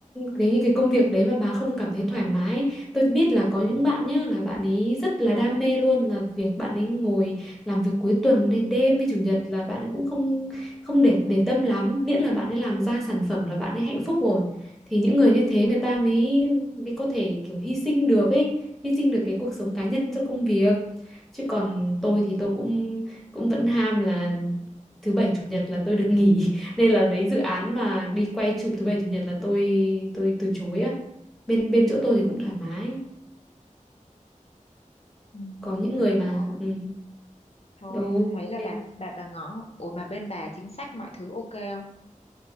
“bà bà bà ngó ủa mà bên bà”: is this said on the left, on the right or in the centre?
Left